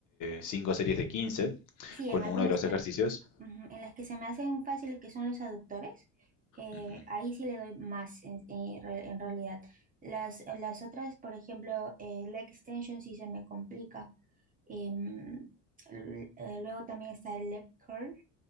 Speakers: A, on the left; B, on the right.
A: 5 series de 15
B: Sí,
A: con
B: en algunas
A: uno de los
B: que,
A: ejercicios.
B: ujú, en las que se me hacen fáciles, que son los aductores, eh,
A: Ujú.
B: ahí sí le doy más en, en re- en realidad. Las, las otras, por ejemplo, eh, leg extension sí se me complica. Em, l- eh, luego también está el leg curl,